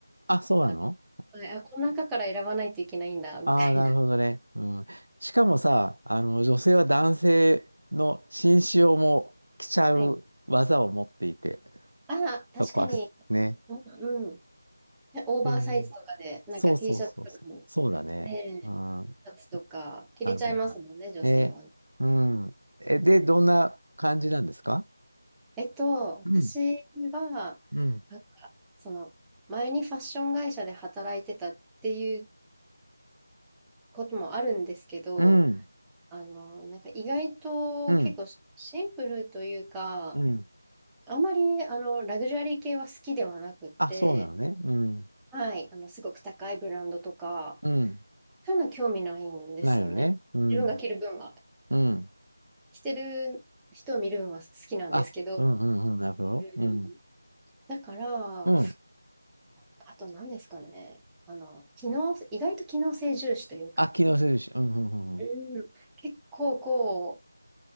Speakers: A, on the right (about 75°); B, in the centre.
A: あ、そうなの
B: あ、あ、この中から選ばないといけないんだ、みたいな。
A: ああ、なるほどね。うん。しかもさ、あの、女性は男性の紳士用も着ちゃう技を持っていて、
B: はい。ああ、確かに。
A: そこはす、ね。
B: うん、オーバーサイズとかで、
A: で、
B: なんか
A: そうそうそうそう。
B: T シャツとかも、
A: そうだね。
B: ねえ、
A: うん。
B: シャツとか着れちゃいますもんね、
A: なるほど。
B: 女性はね。
A: ね。うん。え、で、
B: うん、
A: どんな感じなんですか
B: えっと、
A: うん。
B: 私は、
A: うん。
B: なんか、その、前にファッション会社で働いてたっていうこともあるんですけど、
A: うん。
B: あの、なんか意外と結構シンプルというか、
A: うん。うん。
B: あんまり、あの、ラグジュアリー系は好きではなくって、
A: あ、そうなのね。うん。
B: はい、あの、すごく高いブランドとか、
A: うん。
B: そういうの興味ないんですよね。
A: ないよね。うん。
B: 自分が着る分は。
A: うん。
B: 着てる人を見るのは好きなんですけど、
A: あ、うんうんうん。なるほど。
B: うん
A: うん。
B: だから、
A: うん。
B: あ、あと何ですかね。あの、機能、意外と機能性重視というか、
A: あ、機能するし。うん、うん、うんうん。
B: うん結構こう、